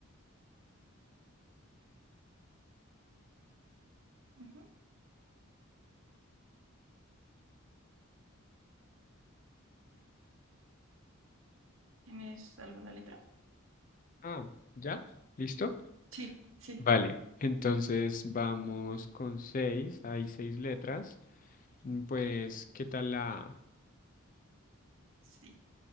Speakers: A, on the right; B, on the left.
A: Ujú. ¿Tienes alguna letra?
B: Ah, ¿ya? ¿Listo?
A: Sí, sí,
B: Vale. Entonces vamos con seis. Hay seis letras. Mm, Pues, ¿qué tal la A?
A: sí.